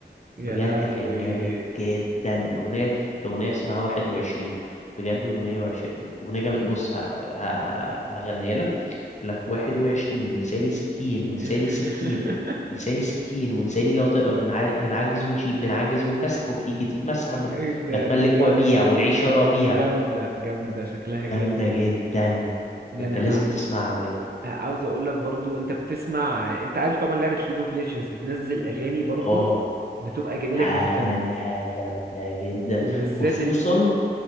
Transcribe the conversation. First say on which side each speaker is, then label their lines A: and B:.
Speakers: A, on the right; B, on the left.
A: يا
B: بجد
A: لهوي
B: كان جامد جدا الاغنيه الاغنيه اسمها واحد وعشرين بجد اغنيه وعش... اغنيه جامد بص ه... ه... ه- هغنيها لك يقول لك واحد وعشرين ولساني ستين ولساني
A: <laughs>
B: سكين ولساني سكين ولساني لو تقرا بنع... بنعجز ونشيب بنعجز ونكسح وبتيجي تتمسح بت...
A: إيه ده
B: بتملك
A: ده جامد
B: وبيع والعيشة ربيع
A: جامدة جامدة شكلها جامد
B: جامدة جدا
A: يعني
B: انت لازم
A: انا
B: تسمعها بجد
A: عاوز اقول لك برضو انت بتسمع انت عارف طبعا لعبة ليج اوف ليجندز بتنزل اغاني برضو
B: اه
A: بتبقى جميلة
B: اغانيها
A: جدا
B: جامدة جدا
A: وبالذات
B: خصوصا
A: ال...